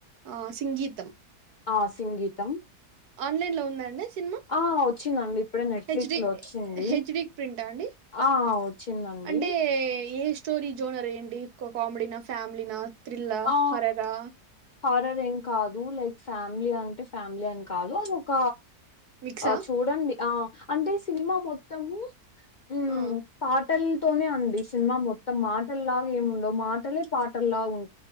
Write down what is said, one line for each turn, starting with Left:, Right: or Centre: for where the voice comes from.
Right: ఆ సింగీతం
Left: ఆ సింగీతం
Right: ఆన్లైన్ లో ఉంద అండి సినిమా
Left: ఆ వచ్చిందండి ఇప్పుడే నెట్ఫ్లిక్స్
Right: హెచ్డి
Left: లో వచ్చింది
Right: హెచ్డి ప్రింట అండి.
Left: ఆ వచ్చిందండి
Right: అంటే ఏ స్టోరీ జోనర్ ఏంటి కామెడీనా ఫ్యామిలీనా థ్రిల్ల
Left: ఆ
Right: హరరా
Left: హారర్ ఏం కాదు లైక్ ఫ్యామిలీ అంటే ఫ్యామిలీ అని కాదు అదోక
Right: మిక్సా
Left: అంటే చూడండి. ఆ అంటే సినిమా మొత్తము మ్
Right: ఆ
Left: పాటలతోనే అండి. సినిమా మొత్తం మాటలే పాటల్లాగా ఏముండవు మాటలే పాటలలాగా ఉం